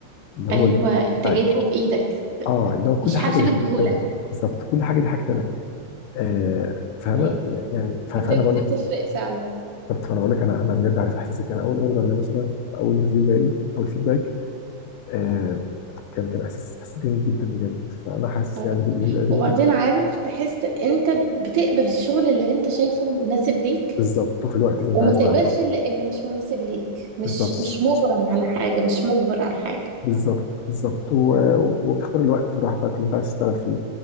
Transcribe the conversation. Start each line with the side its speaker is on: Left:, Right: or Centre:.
Left: اللي هو
Right: ايوه
Left: البيزنس
Right: انت
Left: بتاعك
Right: جايبه بايدك
Left: اه اللي هو كل
Right: مش حد
Left: حاجه دي
Right: مديهولك
Left: حاجتي انا بالظبط كل حاجه دي حاجتي انا آه فاهمه
Right: ايوه
Left: يعني يعني ف-
Right: بت-
Left: فانا بقول
Right: بتفرق
Left: لك
Right: فعلا
Left: بالظبط فانا بقول لك انا انا بجد عارف احساسك انا اول اوردر ده مثلا اول ريفيو جالي اول فيدباك آه كان كان احساس احساس جميل جدا بجد فانا حاسس
Right: اه
Left: يعني بال- باللي
Right: وبعدين
Left: أنت بتقوليه.
Right: عارف تحس انت بتقبل الشغل اللي انت شايفه مناسب ليك
Left: بالظبط وفي الوقت اللي انت
Right: وما
Left: عايز
Right: تقبلش
Left: تعمله
Right: اللي, اللي مش مناسب ليك مش
Left: بالظبط
Right: مش مغرم على حاجة مش مجبر على حاجة
Left: بالظبط بالظبط و- وبتختار الوقت براحتك اللي انت عايز تشتغل فيه